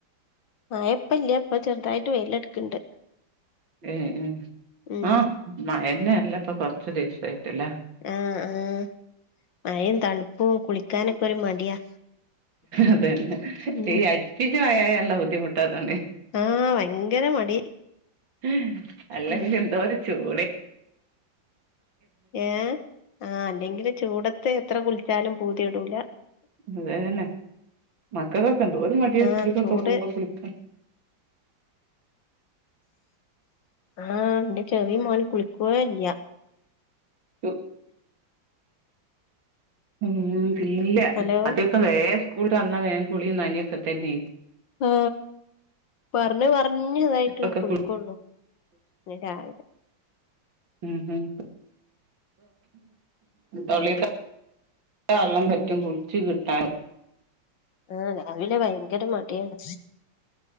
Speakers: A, on the left (about 70°); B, on the right (about 75°).
A: മയപ്പല്ല അപ്പൊ ചെറുതായിട്ട് വെയില എടുക്കണ്ട്
B: ഏ ഏ
A: ഉം
B: ആ മയന്ന അല്ല ഇപ്പൊ കൊറച്ചു ദിവസായിട്ട് ല്ലേ
A: ആഹ് ആഹ്മഴയും തണുപ്പും കുളിക്കാനൊക്കെ ഒരു മടിയാ
B: അതന്നെ
A: ഉം
B: ഈ അടുപ്പിച്ചു മയ യാല്ലെബുദ്ധിമുട്ട് അതാണ്
A: ആഹ് ഭയങ്കര മടി
B: ഹ് അല്ലെങ്കിഎന്തോര
A: ഉം
B: ചൂട്
A: ഏഹ് ആ അല്ലെങ്കില് ചൂടത്ത് എത്ര കുളിച്ചാലും പൂതി കെടൂല
B: അത തന്നെ മക്കൾക്കൊക്കെ എന്തോര് മടിയാ
A: ആഹ്
B: സ്ക്കൂൾ കൊക്കെ
A: ചൂട്
B: പോകുമ്പോ കുളിക്കാൻ
A: ആഹ് എന്റെ ചെറിയ മോൻ കുളിക്കു വേ ഇല്ല
B: ചു- ഉം ഇല്ല
A: ഹലോ
B: അതൊക്കെ വേം സ്കൂൾട്ട് വന്ന വേ കുളിയും നനയൊക്കെ തന്നെയ
A: ആ പറഞ്ഞ് പറഞ്ഞ് ഇതായിട്ട്
B: ഇപ്പൊക്കെ
A: കൊളിക്കുള്ളൂ
B: കുളി-
A: പി രാവിലെ
B: ഉം ഉം <inaudible> വെള്ളം പറ്റും കുളിച്ച് കിട്ടാൻ
A: ആഹ് രാവിലെ ഭയങ്കര മടിയാണ്